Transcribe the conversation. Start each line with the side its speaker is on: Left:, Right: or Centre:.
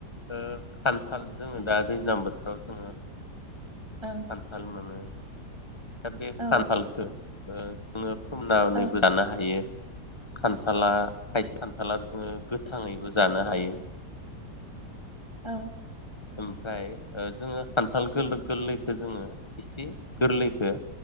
Left: ओ खान्थाल जोङो दा दैज्लां बोथोराव जोङो
Right: ओं
Left: खान्थाल मोनो दा बे
Right: औ
Left: खान्थालखो ओम सोमनानैबो
Right: औ
Left: लानो हायो। खान्थाला खायसे खानथाला जोङो गोथाङैबो जानो हायो।
Right: औ
Left: ओमफ्राय ओ जोङो खान्थाल गोरलैखौ जोङो एसे गोरलैखो